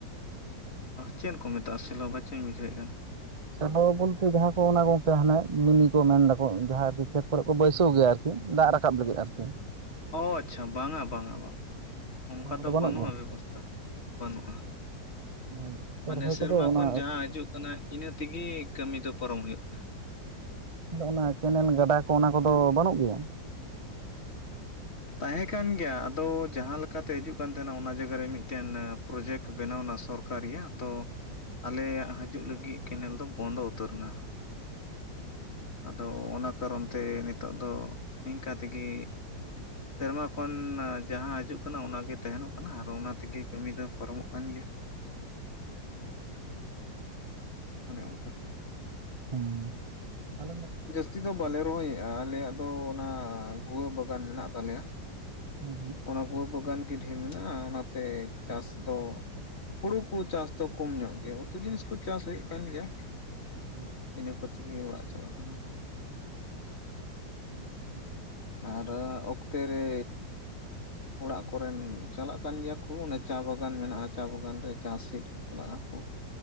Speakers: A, on the left; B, on the right.
A: ᱪᱮᱫ ᱠᱚ ᱢᱮᱛᱟᱜᱼᱟ ᱥᱮᱞᱚ ᱵᱟᱪᱚᱧ ᱵᱩᱡᱷᱟᱹᱣᱮᱫ ᱠᱟᱱ?
B: ᱥᱮᱞᱚ ᱵᱚᱞᱛᱮ ᱡᱟᱦᱟᱸ ᱠᱚ ᱚᱱᱟ ᱠᱚ ᱜᱚᱢᱠᱮ ᱦᱟᱱᱮ ᱢᱤᱱᱤ ᱠᱚ ᱢᱮᱱ ᱮᱫᱟᱠᱚ ᱡᱟᱦᱟᱸ ᱟᱨᱠᱤ ᱠᱷᱮᱛ ᱠᱚᱨᱮ ᱠᱚ ᱵᱟᱹᱭᱥᱟᱹᱣ ᱜᱮᱭᱟ ᱠᱤ ᱫᱟᱜ ᱨᱟᱠᱟᱵ ᱞᱟᱹᱜᱤᱫ ᱟᱨᱠᱤ
A: ᱚ ᱟᱪᱪᱷᱟ ᱵᱟᱝᱟ ᱵᱟᱝᱟ ᱵᱟᱝᱟ ᱚᱱᱠᱟ
B: ᱚᱱᱟ ᱠᱚᱫᱚ
A: ᱫᱚ
B: ᱵᱟᱹᱱᱩᱜ
A: ᱵᱟᱹᱱᱩᱜᱼᱟ
B: ᱜᱮᱭᱟ?
A: ᱵᱮᱵᱚᱥᱛᱟ᱾ ᱵᱟᱹᱱᱩᱜᱼᱟ
B: ᱚᱱᱟ ᱡᱟᱦᱟᱸ ᱠᱚ
A: ᱢᱟᱱᱮ
B: ᱨᱚᱦᱚᱭ
A: ᱥᱮᱨᱢᱟ
B: ᱠᱚᱫᱚ ᱚᱱᱟ
A: ᱠᱷᱚᱱ ᱡᱟᱦᱟᱸ ᱦᱤᱡᱩᱜ ᱠᱟᱱᱟ᱾ ᱤᱱᱟᱹ ᱛᱮᱜᱮ ᱠᱟᱹᱢᱤ ᱫᱚ ᱯᱟᱨᱚᱢ ᱦᱩᱭᱩᱜ ᱠᱟᱱᱟ᱾
B: ᱚᱱᱟ ᱠᱮᱱᱮᱞ ᱜᱟᱰᱟ ᱠᱚ ᱚᱱᱟ ᱠᱚᱫᱚ ᱵᱟᱹᱱᱩᱜ ᱜᱮᱭᱟ?
A: ᱛᱟᱦᱮᱸ ᱠᱟᱱ ᱜᱮᱭᱟ ᱟᱫᱚ ᱡᱟᱦᱟᱸ ᱞᱮᱠᱟᱛᱮ ᱦᱤᱡᱩᱜ ᱠᱟᱱ ᱛᱟᱦᱮᱱᱟ ᱚᱱᱟ ᱡᱟᱭᱜᱟ ᱨᱮ ᱢᱤᱫᱴᱮᱱ ᱯᱨᱚᱡᱮᱠᱴᱼᱼ ᱵᱮᱱᱟᱣᱱᱟ ᱥᱚᱨᱠᱟᱨᱤᱭᱟᱜ ᱛᱚᱼᱼ ᱟᱞᱮᱭᱟᱜ ᱦᱤᱡᱩᱜ ᱞᱟᱹᱜᱤᱫ ᱠᱮᱱᱮᱞ ᱫᱚ ᱵᱚᱱᱫᱚ ᱩᱛᱟᱹᱨ ᱮᱱᱟ᱾ ᱟᱫᱚ ᱚᱱᱟ ᱠᱟᱨᱚᱱ ᱛᱮ ᱱᱤᱛᱚᱜ ᱫᱚ ᱤᱱᱠᱟᱹ ᱛᱮᱜᱮ᱾ ᱥᱮᱨᱢᱟ ᱠᱷᱚᱱ ᱡᱟᱦᱟᱸ ᱦᱤᱡᱩᱜ ᱠᱟᱱᱟ ᱚᱱᱟᱜᱮ ᱛᱟᱦᱮᱱᱚᱜ ᱠᱟᱱᱟ ᱟᱨ ᱚᱱᱟ ᱛᱮᱜᱮ ᱠᱟᱹᱢᱤ ᱫᱚ ᱯᱟᱨᱚᱢᱚᱜ ᱠᱟᱱ ᱜᱮᱭᱟ᱾ ᱚᱱᱮ ᱚᱱᱠᱟ
B: ᱦᱸ ᱟᱞᱮ
A: ᱪᱮᱛ ᱫᱚ ᱵᱟᱞᱮ ᱨᱚᱦᱚᱭᱮᱫᱼᱟ ᱟᱞᱮᱭᱟᱜ ᱫᱚ ᱚᱱᱟ ᱜᱩᱣᱟᱹ ᱵᱟᱜᱟᱱ ᱢᱮᱱᱟᱜ ᱛᱟᱞᱮᱭᱟ᱾
B: <unintelligible>
A: ᱚᱱᱟ ᱜᱩᱣᱟᱹ ᱵᱟᱜᱟᱱ ᱜᱮ ᱰᱷᱮᱨ ᱢᱮᱱᱟᱜᱼᱟ ᱚᱱᱟᱛᱮ ᱪᱟᱥ ᱫᱚ ᱦᱩᱲᱩ ᱠᱚ ᱪᱟᱥ ᱫᱚ ᱠᱚᱢ ᱧᱚᱜ ᱜᱮ ᱩᱛᱩ ᱡᱤᱱᱤᱥ ᱠᱚ ᱪᱟᱥ ᱦᱩᱭᱩᱜ ᱠᱟᱱ ᱜᱮᱭᱟ
B: ᱦᱮᱸ
A: ᱤᱱᱟᱹ ᱠᱚᱛᱮᱜᱮ ᱚᱲᱟᱜ ᱪᱟᱞᱟᱜ ᱠᱟᱱᱟ᱾
B: ᱦᱮᱸ ᱦᱮᱸ
A: ᱟᱨ ᱚᱠᱛᱮ ᱨᱮᱼᱼ ᱚᱲᱟᱜ ᱠᱚᱨᱮᱱ ᱪᱟᱞᱟᱜ ᱠᱟᱱ ᱜᱮᱭᱟ ᱠᱚ ᱚᱱᱮ ᱪᱟ ᱵᱟᱜᱟᱱ ᱢᱮᱱᱟᱜᱼᱟ ᱪᱟ ᱵᱟᱜᱟᱱ ᱨᱮ ᱪᱟᱥᱤᱫ ᱪᱟᱞᱟᱜ ᱟᱠᱚ